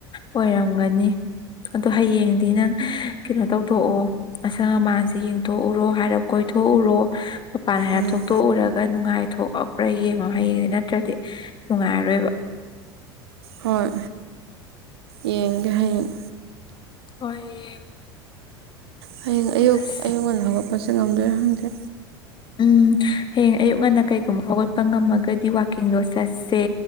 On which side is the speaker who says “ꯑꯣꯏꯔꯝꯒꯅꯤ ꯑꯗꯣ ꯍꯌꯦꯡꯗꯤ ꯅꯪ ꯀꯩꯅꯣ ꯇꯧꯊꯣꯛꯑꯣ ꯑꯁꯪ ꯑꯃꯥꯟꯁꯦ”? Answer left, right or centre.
Left